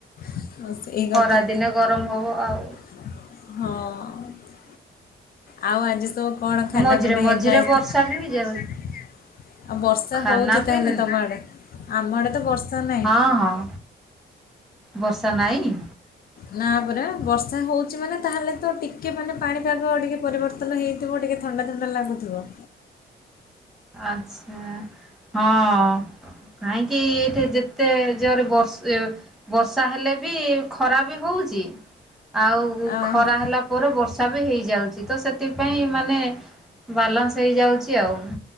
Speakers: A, on the left; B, in the centre.
A: ହଁ, ସେଇ କଥା
B: ଖରା ଦିନେ ଗରମ ହବ ଆଉ।
A: ହଁ। ଆଉ ଆଜି ସବୁ କଣ ଖାନା
B: ମଝିରେ
A: ପିନା
B: ମଝିରେ
A: ହେଇଥିଲା ଏ
B: ବର୍ଷା ବି ହେଇଯାଉଛି
A: ଆଉ ବର୍ଷା
B: ଖାନା
A: ହଉଚି ତାହେଲେ
B: ପିନ୍
A: ତମ ଆଡେ। ଆମ ଆଡେ ତ ବର୍ଷା ନାହିଁ।
B: ହଁ ହଁ ବର୍ଷା ନାହିଁ।
A: ନା ପରା ବର୍ଷା ହଉଛି ମାନେ ତାହେଲେ ତ ଟିକେ ମାନେ ପାଣିପାଗ ଟିକେ ପରିବର୍ତ୍ତନ ହେଇ ଥିବ ଟିକିଏ ଥଣ୍ଡା ଥଣ୍ଡା ଲାଗୁଥିବ।
B: ଆଚ୍ଛା ହଁ। କାହିଁକି ଏଠେ ଯେତେ ଜୋରରେ ବର୍ଷ ବର୍ଷା ହେଲେ ବି ଖରା ବି ହଉଚି ଆଉ
A: ଆ
B: ଖରା ହେଲା। ପରେ ବର୍ଷା ବି ହେଇଯାଉଚି ତ ସେଥିପାଇଁ ମାନେ ବାଲାନ୍ସ ହେଇଯାଉଚି ଆଉ।